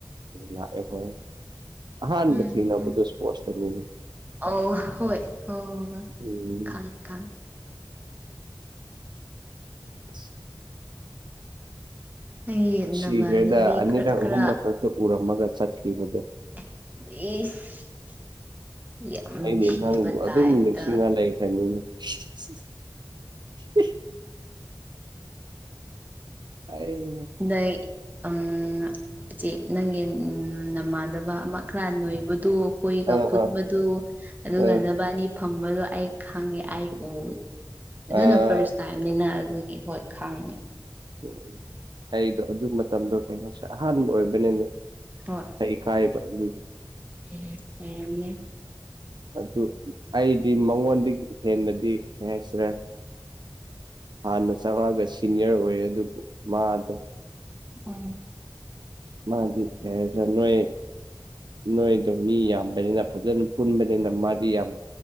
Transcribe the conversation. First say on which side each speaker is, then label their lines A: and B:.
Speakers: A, on the right; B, on the right.
A: ꯂꯥꯛꯑꯦ ꯍꯣꯏ ꯑꯍꯥꯟꯕ
B: ꯎꯝ
A: ꯊꯦꯡꯅꯕꯗꯣ ꯁ꯭ꯄꯣꯔꯠꯇꯅꯤꯅꯦ
B: ꯑꯧ ꯍꯣꯏ ꯑꯧ ꯃꯥꯅꯤ
A: ꯎꯝ
B: ꯈꯪꯉ‌ꯦ ꯈꯪꯉ‌ꯦ
A: ꯑꯁ
B: ꯅꯪꯒꯤ
A: ꯁꯤꯈ꯭ꯔꯦꯗ
B: ꯅꯃꯥꯟꯅꯕꯤ
A: ꯑꯅꯤꯔꯛ
B: ꯈꯔ ꯈꯔ
A: ꯑꯍꯨꯝꯔꯛ ꯈꯛꯇ ꯎꯔꯝꯃꯒ ꯆꯠꯈꯤꯕꯗꯨ
B: ꯏꯁ ꯌꯥꯝ ꯅꯨꯡꯁꯤꯕ
A: ꯑꯩꯗꯤ ꯅꯪꯕꯨ
B: ꯇꯥꯏꯞꯇ
A: ꯑꯗꯨꯝ ꯅꯤꯡꯁꯤꯡꯉ ꯂꯩꯈ꯭ꯔꯅꯤꯅꯦ <unintelligible> ꯑꯩꯏ
B: ꯅꯩ ꯎꯝ ꯏꯆꯦ ꯅꯪꯒꯤ ꯅꯃꯥꯟꯗꯕ ꯑꯃ ꯈꯔ ꯅꯣꯏꯕꯗꯨ ꯀꯨꯏꯒ
A: ꯑꯥ
B: ꯄꯨꯟꯕꯗꯨ
A: ꯑꯥ
B: ꯑꯗꯨꯒ
A: ꯑꯥ
B: ꯅꯕꯥꯅꯤ ꯐꯝꯕꯗꯣ ꯑꯩ ꯈꯪꯉꯦ ꯑꯩ ꯎ ꯑꯗꯨꯅ
A: ꯑꯥ
B: ꯐꯥꯔꯁ ꯇꯥꯏꯝꯅꯤꯅ ꯑꯗꯨꯒꯤ ꯍꯣꯏ ꯈꯥꯡꯉꯤ
A: ꯎ ꯑꯩꯗꯣ ꯑꯗꯨ ꯃꯇꯝꯗꯣ ꯀꯩ ꯍꯥꯏꯁꯦ ꯑꯍꯥꯟꯕ ꯑꯣꯏꯕꯅꯦꯕ
B: ꯍꯣꯏ
A: ꯑꯩꯩ ꯏꯀꯥꯏꯕ ꯑꯗꯨꯒꯤ
B: <unintelligible> ꯂꯩꯔꯝꯃꯦ
A: ꯑꯗꯨ ꯑꯩꯗꯤ ꯃꯉꯣꯟꯗꯒꯤ ꯍꯦꯟꯅꯗꯤ ꯀꯩ ꯍꯥꯏꯁꯤꯔꯥ ꯍꯥꯟꯅ ꯆꯪꯉꯛꯑꯒ ꯁꯤꯅꯤꯌꯔ ꯑꯣꯏꯔꯦ ꯑꯗꯨꯕꯨ ꯃꯥꯗꯣ
B: ꯎꯝ
A: ꯃꯥꯗꯤ ꯀꯔꯤ ꯍꯥꯏꯁꯤꯔ ꯅꯣꯏ ꯅꯣꯏꯗꯣ ꯃꯤ ꯌꯥꯝꯕꯅꯤꯅ ꯐꯖꯅ ꯄꯨꯟꯕꯅꯤꯅ ꯃꯥꯗꯤ ꯌꯥꯝ